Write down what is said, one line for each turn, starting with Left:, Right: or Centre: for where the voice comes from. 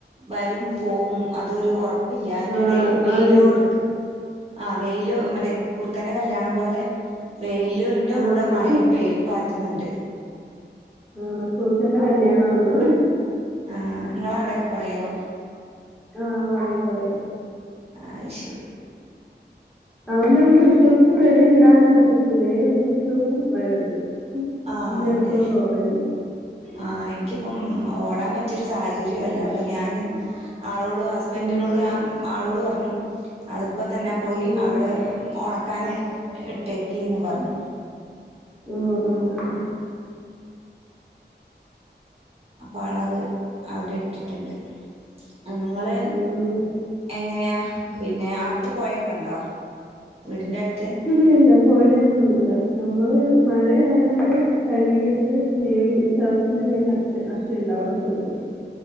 Right: വരും പോവും അതൊരു ഒറപ്പില്ല അയിന്റെടേല്
Centre: ആഹ്
Right: വെയിലോട്ക്ക്
Centre: ആ ഒരു രീതില്
Right: ആ വെയില് മറ്റേ കുർക്കന്റെ കല്ല്യാണം പോലെ വെയിലുന്റെ
Centre: ആഹ്
Right: കൂടെ
Centre: അതെ
Right: മയയും പെയ്യും ന്ന്ണ്ട്
Centre: ആണോ കുറുക്കന്റെ കല്യണാണോ
Right: ആ ങ്ങളെ അവിടേക്കെ പറയോ
Centre: ആ പറയും പറയും
Right: ആയിശ്
Centre: അവോണ്ട് നമുക്ക് വിശ്വസിച്ച് വെളിയിൽ ടാനും പറ്റത്തില്ല ഏത് നിമിഷവും മഴ വരും ഉം
Right: ആ
Centre: പിന്നെ
Right: അതെ
Centre: എടുത്തോണ്ട് ഓടന്നെ.
Right: ആ എനിക്കിപ്പം ഓടാൻ പറ്റിയൊരു സാഹ തരു അല്ല അപ്പം ഞാന് ആളോട് ഹസ്ബന്റിനോട്
Centre: ആഹ്
Right: ആ ആളോട് പറഞ്ഞു അതിപ്പോ തന്നെ പോയി
Centre: ആഹ്
Right: അവിടെ ഉണക്കാന് ഇ ഇട്ടേക്ക് ന്ന് പറഞ്ഞു
Centre: മം മം മം
Right: അപ്പം ആളത് അവിടെ ഇട്ടിട്ടുണ്ട് ങ്ങള്
Centre: ആഹ്
Right: എങ്ങനെയാ പിന്നെ അടുത്ത് പൊയെക്കെണ്ടോ വീടിന്റെ അടു
Centre: ഇല്ലല്ലോ പുഴയൊന്നുല്ല നമ്മള് മഴയായണ്ട് കഴുകിയിട്ട് മേളി ടർസി മേലെ അ ക്ഷ അക്ഷയ്ണ്ട് അവിടെ കൊണ്ടടുക്കും